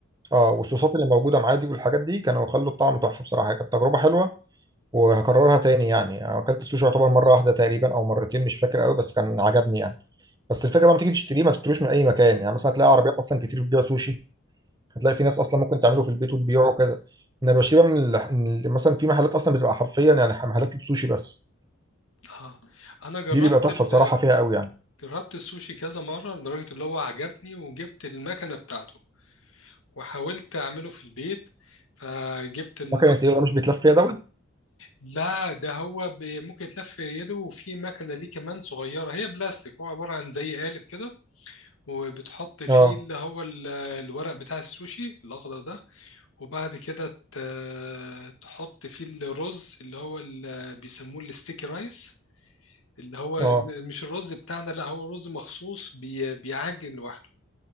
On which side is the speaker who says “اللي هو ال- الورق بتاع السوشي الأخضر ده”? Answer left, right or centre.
Left